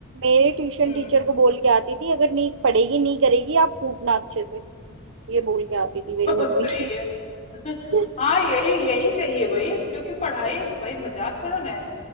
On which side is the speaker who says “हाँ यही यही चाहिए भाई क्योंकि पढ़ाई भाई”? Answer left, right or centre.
Left